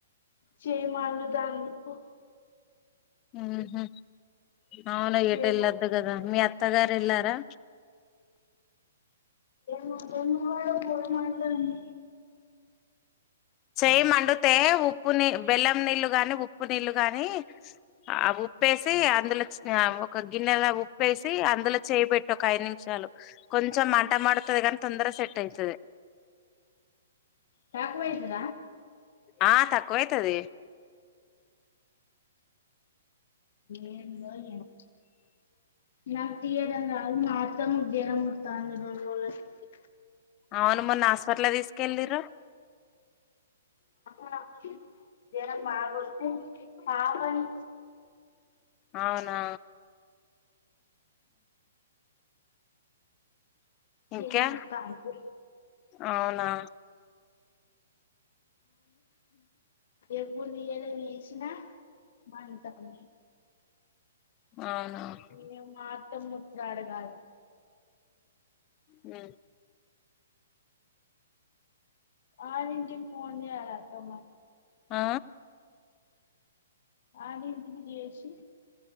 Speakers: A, on the left; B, on the left.
A: చేయ మండుతాంది పో
B: ఉ హు అవున ఎటు
A: చేయి
B: ఎ లద్దు కదా మీ అత్ అత్తగారు ఎల్లారా
A: మా అత్తమ్మ కూడా ఫోన్ మాట్లాడింది
B: చేయి మండుతే ఉప్పు నీ బెల్లం నీళ్ళు గాని ఉప్పు నీళ్ళు గాని ఆవుప్ ఉప్పేసి అందులో చి ఒక గిన్నెలా ఉప్పేసి అందులో చేయిబెట్టి ఒక ఐదు నిమిషాలు కొంచెం మంట మండుతది గనీ తొందర సెట్ అయితది
A: టకువయతద
B: ఆ తక్కువయితది
A: ఏందో ఏమో నాకు తీయడం రాదు మా అత్తమ్మ కి జరమోతంది రొండ్రులనుంచి
B: అవును మొన్న హాస్పట్ల్ కి తీసుకెళ్ళిర్రు
A: ఆ జరం బాగోత్తే పాపని
B: అవునా ఇంకే
A: చేయి నొత్తాంది
B: అవునా
A: ఎప్పుడు తెయలేదు ఈ కషిన మానితా నీ
B: అవునా
A: మేమ్ మాత్రం వొచ్చి అడగాలి
B: మ్
A: ఆరింటికి ఫోన్ చేయలక్క మళ్ళీ
B: ఆ
A: ఆరింటికి చేసి